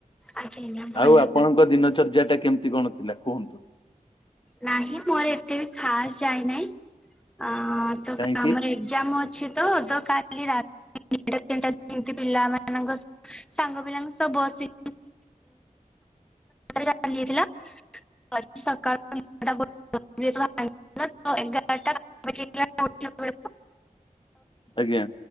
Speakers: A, in the centre; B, on the left (about 35°).
A: ଆଜ୍ଞା ଭଲ
B: ଆଉ ଆପଣଙ୍କ
A: ତାହେଲେ
B: ଦିନଚର୍ଯ୍ୟାଟା କେମିତି କଣ ଥିଲା କୁହନ୍ତୁ।
A: ନାହିଁ ମୋର ଏତେ ବି ଖାସ ଯାାଇନାହିଁ। ଅ ତ
B: କାହିଁକି
A: ଆମର ଏକ୍ଜାମ ଅ ଅଛି ତ କାଲି ରାତି <unintelligible> ପିଲାମାନଙ୍କ ସାଙ୍ଗ ପିଲାଙ୍କ ବସି ଚାଲି <unintelligible> ସକାଳୁ <unintelligible> ଏଗାରଟା <unintelligible> <unintelligible>
B: ଆଜ୍ଞା